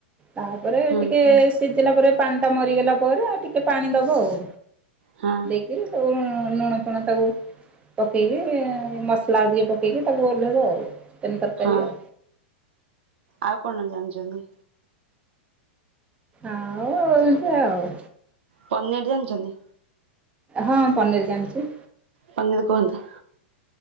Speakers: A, on the right (about 20°); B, on the right (about 75°).
A: ତାପରେ
B: ହଁ
A: ଟିକିଏ ସିଝିଲା ପରେ ପାଣିଟା ମରିଗଲା ପରେ ଆଉ ଟିକେ ପାଣି ଦବ ଆଉ
B: ହଁ
A: ଦେଇକି ତାକୁ ଲୁଣ ଫୁଣ ତାକୁ ପକେଇକି ମସଲା ଆଉ ଟିକେ ପକେଇକି ତାକୁ ଓଲ୍ହେଇବ ଆଉ। ଚିକେନ ତରକାରୀ
B: ହଁ
A: ଆ
B: ଆଉ କଣ ଜାଣିଛନ୍ତି?
A: ଆଉ ଆଉ ଏନ୍ତି ଆଉ।
B: ପନିରି ଜାଣିଛନ୍ତି?
A: ହଁ ପନିରି ଜାଣିଛି।
B: ପନିରି କୁହନ୍ତୁ।